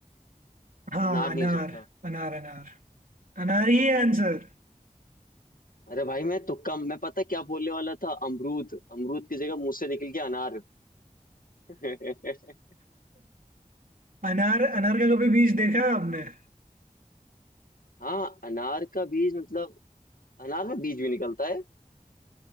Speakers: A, on the right (about 80°); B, on the left (about 85°).
A: हाँ
B: अनार नहीं
A: अनार
B: हो सकता
A: अनार अनार अनार ही आंसर
B: अरे भाई मैं तुक्का मैं पता क्या बोलने वाला था अमरूद अमरूद की जगह मुंह से निकल गया अनार <laughs>
A: अनार अनार का कभी बीज देखा है आपने
B: हाँ अनार का बीज मतलब अनार में बीज भी निकलता है